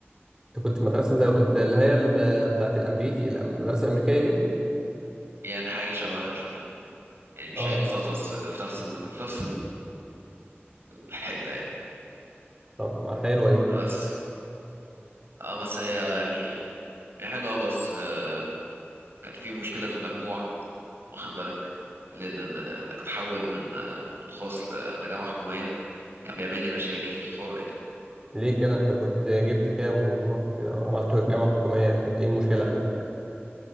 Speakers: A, on the right; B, on the right.
A: انت كنت في مدرسة زي, زي اللي هي ال- بتاعت الامريكي الأم- المدرسة الامريكية دي
B: يعني حاجة شبهها شوية يعني مش
A: اه
B: هي بالظبط بس في نفس ال... في نفس الحتة يعني
A: طب حلوة دي
B: بس اه بس هي يعني هي حلوة آه، بس آه، كان في مشكلة في المجموع واخد بالك لان إن- انك تحول من من خاص ل- لجامعه حكوميه كان بيعمل لي مشاكل في الحوار يعني
A: ليه كده انت كنت جبت كام ورحت عملت الجامعة الحكومية كانت ايه المشكلة قابلتك